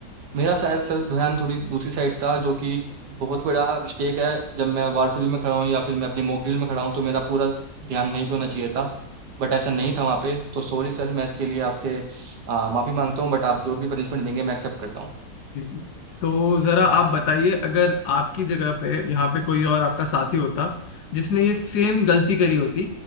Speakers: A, on the right; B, on the left.
A: मेरा शायद सर ध्यान थोड़ी दूसरी साइड था जो कि बहुत बड़ा मिस्टेक है जब मैं वार फील्ड में खड़ा हूँ या फिर मैं अपनी मॉक ड्रिल में खड़ा हूँ तो मेरा पूरा ध्यान वहीं पे होना चाहिए था बट ऐसा नहीं था वहाँ पे तो सॉरी सर मैं इसके लिए आपसे आ, माफी मांगता हूँ बट आप जो भी पनिशमेंट देंगे मैं एक्सेप्ट करता हूँ
B: जी। तो जरा आप बताइए अगर आपकी जगह पे यहाँ पे कोई और आपका साथी होता जिसने ये सेम गलती करी होती